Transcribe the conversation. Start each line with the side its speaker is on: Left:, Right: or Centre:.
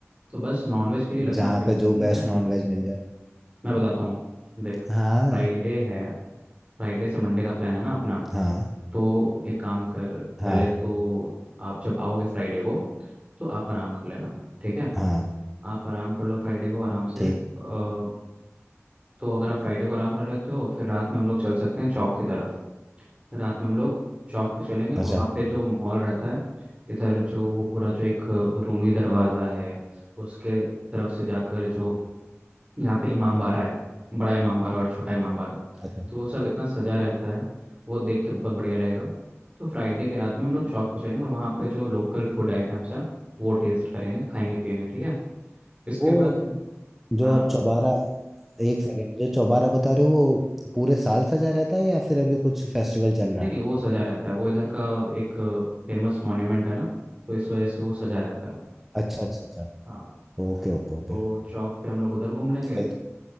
Right: तो बस नॉनवेज के लिए लखनऊ
Centre: जहाँ
Right: फेमस
Centre: पे जो
Right: ही
Centre: बेस्ट
Right: है
Centre: नॉन वेज मिल जाए
Right: मैं बताता हूँ देख फ्राइडे
Centre: हाँ
Right: है फ्राइडे से मंडे का प्लान है ना अपना
Centre: हाँ
Right: तो एक काम कर
Centre: हाँ
Right: पहले तो आप जब आओगे फ्राइडे को तो आप आराम कर लेना ठीक है
Centre: हाँ
Right: आप आराम कर लो फ्राइडे को आराम से
Centre: ठीक
Right: अ, तो अगर आप फ्राइडे को आराम कर लेते हो फिर रात में हम लोग चल सकते हैं चौक की तरफ रात में हम लोग चौक पे चलेंगे वहाँ
Centre: अच्छा
Right: पे जो माहौल रहता है इधर जो वो पूरा जो एक अ, रूमी दरवाज़ा है उसके तरफ से जाकर जो यहाँ पे इमाम बाड़ा है बड़ा इमाम बाड़ा और छोटा इमाम बाड़ा
Centre: अच्छा
Right: तो वो सब इतना सजा रहता है वो देख के बहुत बढ़िया लगेगा तो फ्राइडे के रात में हम लोग चौक पे चलेंगे और वहाँ पे जो लोकल फूड आइटम्स हैं वो टेस्ट करेंगे खाएंगे पिएंगे ठीक है इसके
Centre: वो
Right: बाद
Centre: जो
Right: हाँ
Centre: आप चौबारा एक सेकंड जो चौबारा बता रहे हो वो पूरे साल सजा रहता है या फिर अभी कुछ फेस्टिवल चल रहा
Right: नहीं
Centre: है
Right: नहीं वो सजा रहता है वो इधर का एक फेमस मॉन्यूमेंट है ना तो इस वजह से वो सजा रहता है
Centre: अच्छा अच्छा अच्छा
Right: हाँ
Centre: Okay okay okay
Right: तो चौक पे हम लोग उधर घूम लेंगे
Centre: फिर